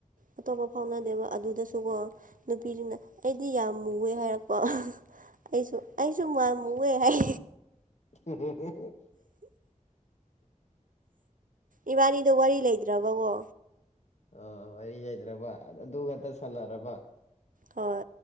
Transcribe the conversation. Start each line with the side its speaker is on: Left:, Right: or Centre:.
Right: ꯑꯇꯣꯞꯄ ꯐꯥꯎꯅꯗꯦꯕ ꯑꯗꯨꯗꯁꯨꯀꯣ ꯅꯨꯄꯤꯗꯨꯅ ꯑꯩꯗꯤ ꯌꯥꯝ ꯃꯨꯋꯦ ꯍꯥꯏꯔꯛꯄ ꯑꯩꯁꯨ ꯑꯩꯁꯨ ꯃꯥꯝꯃꯨꯦ ꯍꯥꯏ
Left: ꯎ
Right: ꯏꯕꯥꯅꯤꯗꯣ ꯋꯥꯔꯤ ꯂꯩꯇ꯭ꯔꯕꯀꯣ
Left: ꯑ ꯋꯥꯔꯤ ꯂꯩꯇ꯭ꯔꯕ ꯑꯗꯨ ꯈꯛꯇ ꯁꯥꯟꯅꯔꯕ
Right: ꯍꯣꯏ